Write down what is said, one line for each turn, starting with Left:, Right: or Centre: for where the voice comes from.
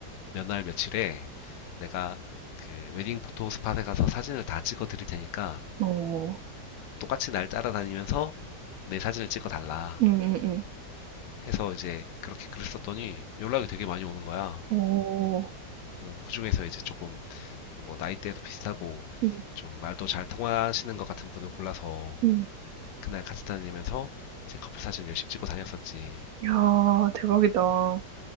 Left: 몇 날 며칠에 내가 그 웨딩 포토 스팟에 가서 사진을 다 찍어 드릴 테니까
Right: 어,
Left: 똑같이 날 따라다니면서 내 사진을 찍어 달라
Right: 응응응.
Left: 해서 이제 그렇게 글을 썼더니 연락이 되게 많이 오는 거야.
Right: 오,
Left: 어, 그중에서 이제 조금 뭐 나이대도 비슷하고
Right: 응,
Left: 좀 말도 잘 통하시는 것 같은 분을 골라서
Right: 응.
Left: 그날 같이 다니면서 이제 커플 사진 열심히 찍고 다녔었지.
Right: 야, 대박이다.